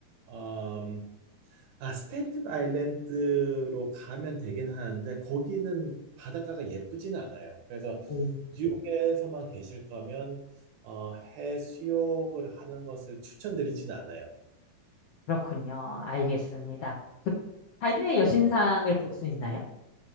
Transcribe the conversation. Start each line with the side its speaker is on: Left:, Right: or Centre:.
Right: 음, 아, 스탠튼 아일랜드로 가면 되긴 하는데 거기는 바닷가가 예쁘진 않아요. 그래서
Left: 오,
Right: 뉴욕에서만 계실 거면 어, 해수욕을 하는 것을 추천드리진 않아요.
Left: 그렇군요. 알겠습니다. 그 자유의 여신상을 볼 수 있나요?